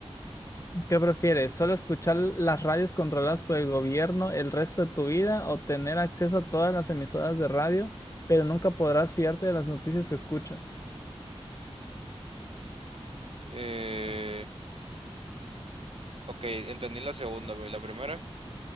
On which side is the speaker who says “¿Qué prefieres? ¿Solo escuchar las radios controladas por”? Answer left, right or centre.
Left